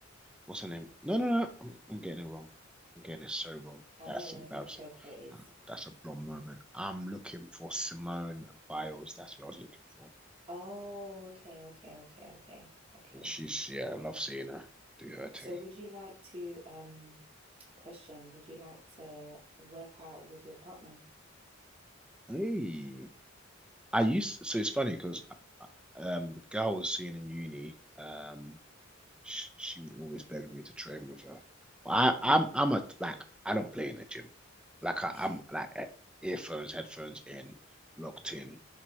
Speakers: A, in the centre; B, on the right (about 30°).
A: what's her name? No, no, no. I'm, I'm getting it wrong. I'm getting it so wrong.
B: I
A: That's
B: don't know
A: embarrassing.
B: who Coco is
A: Um, That's a blonde moment. I'm looking for Simone Biles. That's what I was looking for.
B: oh okay okay okay okay okay
A: And she's yeah, I love seeing her do her thing.
B: So would you like to um question, would you like to work out with your partner?
A: Hey, I used so it's funny because um, the girl I was seeing in uni. Um, she, she would always beg me to train with her. But I,
B: Mm.
A: I'm I'm a like I don't play in the gym. Like I,
B: <laughs>
A: I'm like eh, earphones, headphones in, locked in.